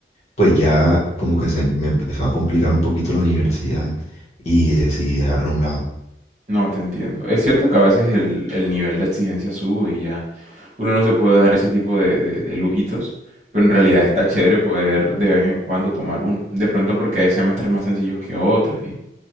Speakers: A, on the left; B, on the right.
A: pues ya como que se me empezó a complicar un poquito la universidad y decidí dejarlo a un lado.
B: no te entiendo. Es cierto que a veces el, el nivel de exigencia sube y ya uno no se puede dar ese tipo de, de- de lujitos, pero en realidad está chévere poder de vez en cuando tomar uno. De pronto porque hay semestres más sencillos que otros y,